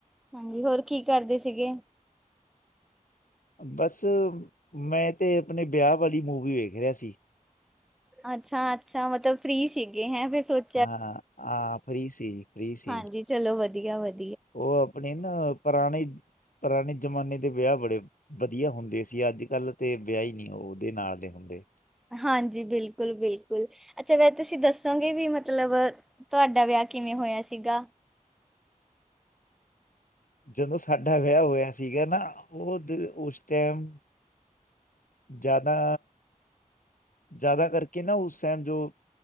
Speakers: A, in the centre; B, on the left.
A: ਹਾਂਜੀ, ਹੋਰ ਕੀ ਕਰਦੇ ਸੀਗੇ?
B: ਬਸ ਮੈਂ ਤੇ ਆਪਣੇ ਵਿਆਹ ਵਾਲੀ ਮੂਵੀ ਵੇਖ ਰਿਹਾ ਸੀ।
A: ਅੱਛਾ-ਅੱਛਾ, ਮਤਲਬ ਫਰੀ ਸੀਗੇ ਹੈਂ ਫੇਰ ਸੋਚ,
B: ਹਾਂ ਆ ਫ੍ਰੀ ਸੀ ਫ੍ਰੀ ਸੀ,
A: ਹਾਂਜੀ ਚਲੋ ਵਧੀਆ ਵਧੀਆ,
B: ਉਹ ਆਪਣੇ ਨਾ ਪੁਰਾਣੇ ਪੁਰਾਣੇ ਜਮਾਨੇ ਦੇ ਵਿਆਹ ਬੜੇ ਵਧੀਆ ਹੁੰਦੇ ਸੀ, ਅੱਜ-ਕੱਲ੍ਹ ਤੇ ਵਿਆਹ ਹੀ ਨਹੀਂ ਉਹਦੇ ਨਾਲ ਦੇ ਹੁੰਦੇ।
A: ਹਾਂਜੀ ਬਿਲਕੁਲ ਬਿਲਕੁਲ ਅੱਛਾ ਵੈ ਤੁਸੀਂ ਦੱਸੋਗੇ ਵੀ ਮਤਲਬ ਤੁਹਾਡਾ ਵਿਆਹ ਕਿਵੇਂ ਹੋਇਆ ਸੀਗਾ।
B: ਜਦੋਂ ਸਾਡਾ ਵਿਆਹ ਹੋਇਆ ਸੀਗਾ ਨਾ ਉਹ ਉਸ ਟਾਈਮ ਜ਼ਿਆਦਾ ਜ਼ਿਆਦਾ ਕਰਕੇ ਨਾ ਉਸ ਟਾਈਮ ਜੋ